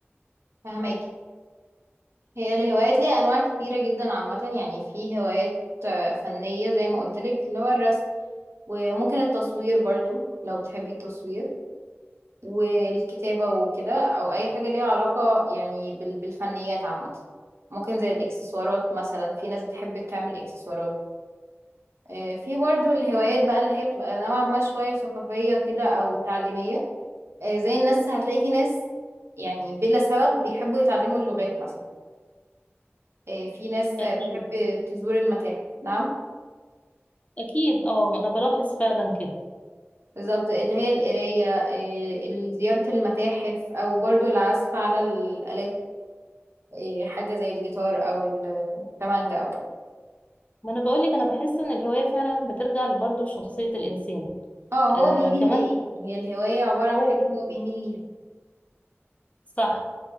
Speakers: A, on the right; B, on the left.
A: فهماكي هي الهوايات ليها انواع كتيره جدا عامه يعني في هوايات آه، فنيه زي ما قلت لك اللي هو الرسم وممكن التصوير برضو لو بتحبي التصوير والكتابه وكده او اي حاجه ليها علاقه يعني بال- بالفنيات عامه ممكن زي الاكسسوارات مثلا في ناس بتحب تعمل اكسسوارات آه، في برضو الهوايات بقى اللي هي بتبقى نوعا ما شويه ثقافيه كده او تعليميه آه، زي الناس هتلاقي في ناس يعني بلا سبب بيحبوا يتعلموا اللغات مثلا آه، في ناس
B: اكيد
A: بتحب تزور المتاحف نعم
B: اكيد اه انا بلاحظ فعلا كده
A: بالظبط اللي هي القراية آه، ال- زيارة المتاحف أو برضو العزف على الآلات آه، حاجة زي الجيتار أو الكمانجا أو كده
B: ما انا بقولك انا بحس ان الهوايه فعلا بترجع برضه لشخصيه الانسان
A: اه هو
B: آه
A: بيميل
B: كمان
A: لإيه يعني هي الهواية عبارة عن
B: هو
A: حاجة
B: بيكون-
A: هو بيميل ليها
B: صح